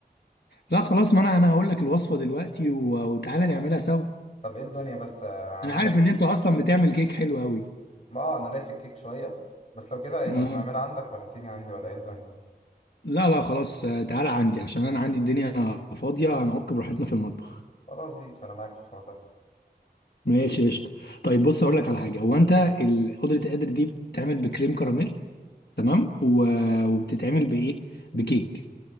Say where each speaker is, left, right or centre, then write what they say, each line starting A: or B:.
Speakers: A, on the left (about 70°); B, on the left (about 40°).
A: لا خلاص ما انا انا هقول لك الوصفه دلوقتي و... وتعالى نعملها سوا
B: طب ايه الدنيا بس آه،
A: انا
B: هنعمل
A: عارف ان انت اصلا بتعمل كيك حلو قوي
B: ما آه، انا ليا في الكيك شوية بس لو كده يعني
A: اه
B: هنعملها عندك ولا تيجي عندي ولا ايه الدنيا
A: لا لا خلاص آه، تعالى عندي عشان انا عندي الدنيا فاضيه هنعك براحتنا في المطبخ
B: خلاص بيس انا معاك في الحوار ده
A: ماشي قشطه طيب بص اقول لك على حاجه هو انت ال- قدره القدر دي بتتعمل بكريم كراميل تمام و... وبتتعمل بايه بكيك